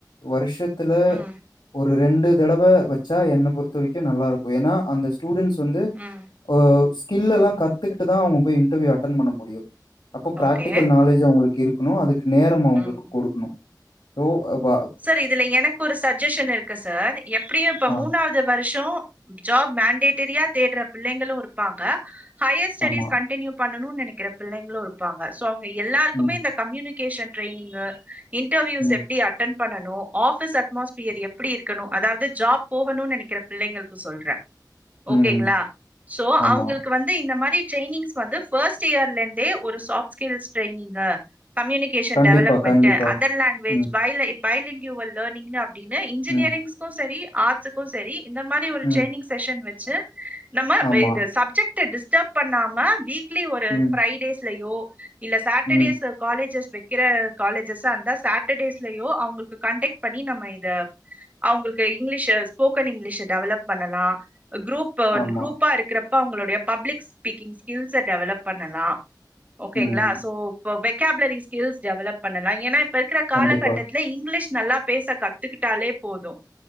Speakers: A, on the left; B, on the right.
A: வருஷத்துல
B: ம்
A: ஒரு ஒரு ரெண்டு தடவ வச்சா என்ன பொறுத்த வரைக்கு நல்லா இருக்கு ஏன்னா அந்த ஸ்டூடன்ஸ் வந்து
B: ம்
A: ஆ ஸ்கில்லல்லா
B: ம்
A: கத்துக்கிட்டு தா அவுங்க போய் இன்டர்வியூ அட்டன் பண்ண முடியு அப்ப பிராக்டிகல்
B: ஓகே
A: நாலேஜ் அவுங்களுக்கு இருக்கணு அதுக்கு நேரமு அவுங்களுக்கு
B: ம்
A: கொடுக்கணு சோ ப
B: சார் இதுல எனக்கு ஒரு சஜ்ஜஷன் இருக்கு சார் எப்டியு இப்ப
A: ஆ
B: மூணாவது து வருஷோ ஜாப் மேண்டேட்டரியா தேடுற பிள்ளைங்களு இருப்பாங்க ஹையர் ஸ்டடிஸ்
A: ஆமா.
B: கண்டினியூ பண்ணனு நெனைக்கற பிள்ளைங்களு இருப்பாங்க சோ அவுங்க எல்லாருக்குமே
A: ம்,
B: இந்த கம்யூனிகேஷன் ட்ரைனிங்கு இன்டர்வியூஸ்
A: ம்,
B: எப்டி அட் பண்ணனு ஆஃபிஸ் அட்மாஸ்பியர் எப்பிடி இருக்கணு அதாவது ஜாப் போகணுனு நெனைக்கற பிள்ளைங்களுக்கு சொல்றே ஓகேங்களா
A: ம்.
B: சோ
A: ஆமா.
B: அவங்களுக்கு வந்து இந்த மாரி டிரைனிங்ஸ் வந்து ஃபஸ்ட் இயர்ல இருந்தே ஒரு சாஃப்ட்ஸ் ஸ்கில் டிரைனிங்க கம்யூனிக் எஜிகேஸன்
A: கண்டிப்பா,
B: டெவலப்மெண்ட்டு
A: கண்டிப்பா.
B: அதர் லாங்குவேஜ்
A: ம்,
B: பைல பைலிங் யூவல் லேர்னிங் அப்டின்னு இன்ஜினியரிங்
A: ம்,
B: க்கு செரி ஆட்ஸ்ஸுக்கு செரி இந்த மாரி ஒரு
A: ம்.
B: ட்ரைனிங் செக்சன் வச்சு நம்ம
A: ஆமா.
B: வே சப்ஜெக்ட் டு டிஸ்டப் பண்ணாம வீக்லி ஒரு
A: ம்,
B: ஃபிரைடேஸ்லயோ இல்ல சாட்டர்டேஸ்
A: ம்.
B: காலேஜஸ் வைக்கிற காலேஜேஸ்ஸா இருந்தா சாட்டர்டேஸ்லயோ அவங்களுக்கு கண்டெக்ட் பண்ணி நம்ம இத அவங்களுக்கு இங்கிலீஷ் ஸ்போக்கன் இங்கிலீஷ் டெவலப் பண்ணலா குரூப் இப்ப ஒரு
A: ஆமா.
B: குரூப்பா இருக்கிறப்ப அவங்களுடைய பப்ளிக் ஸ்பீக்கிங் ஸ்கில்ஸ்ச டெவலப் பண்ணலா ஓகேங்களா
A: ம்
B: சோ இப்போ வெகாபுலரி ஸ்கில்ஸ் டெவலப் பண்ணலா ஏன்னா இப்ப இருக்கிற காலகட்டத்
A: கண்டிப்பா.
B: தில் இங்கிலீஷ் நல்லா பேச கத்துக்கிட்டாலே போது